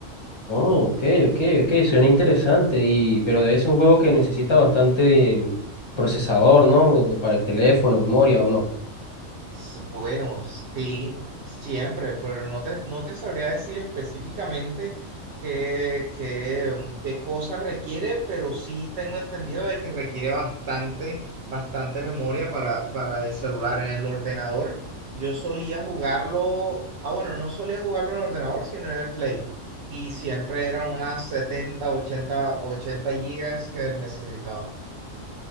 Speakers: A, on the left; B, on the right.
A: Oh, ok, ok, ok, suena interesante. Y, pero es un juego que necesita bastante em, procesador, ¿no? Para el teléfono, memoria o no.
B: S- Bueno, sí, siempre, pero no te, no te sabría decir específicamente qué, qué, um, qué cosa requiere, pero sí tengo entendido de que requiere bastante, bastante memoria para, para el celular. En el ordenador, yo solía jugarlo, ah, bueno, no solía jugarlo en el ordenador, sino en el Play. Y siempre eran unas setenta ochenta 80 gigas que necesitaba.